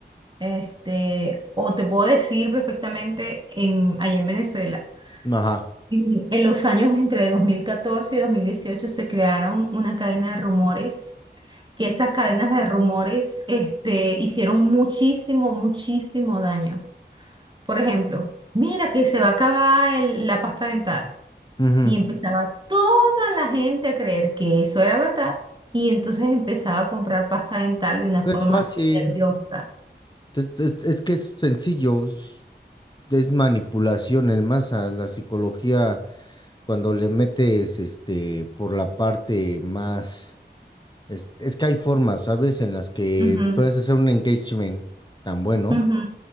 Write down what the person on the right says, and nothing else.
este, o te puedo decir perfectamente en, allá en Venezuela.
En en los años entre 2014 y 2018 se crearon una cadena de rumores, que esas cadenas de rumores, este, hicieron muchísimo, muchísimo daño. Por ejemplo, mira que se va a acabar el- la pasta dental.
Y empezaba toda la gente a creer que eso era verdad. Y entonces empezaba a comprar pasta dental de una
forma
nerviosa.
Ujú,
ujú,